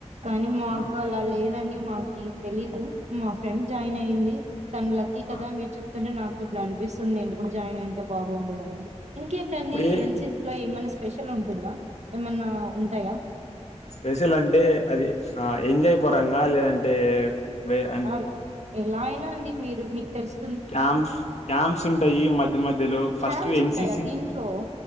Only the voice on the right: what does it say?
కానీ మాకు
అలా లేదండి మాకి తెలీదు మా ఫ్రెండ్ జాయిన్ అయింది తన లక్కీ కదా
మీరు చెప్తుంటే నాక్ ఇప్పుడు అనిపిస్తుంది. నేను కూడా జాయిన్ అయింటే బాగుండు అని
స్పెషల్ ఉంటుందా? ఏమన్నా ఉంటాయా?
ఆర్ ఎలా అయినా అండి మీరు మీక్ తెలుస్
క్యాన్స్
ఉంటాయా
దీంట్లో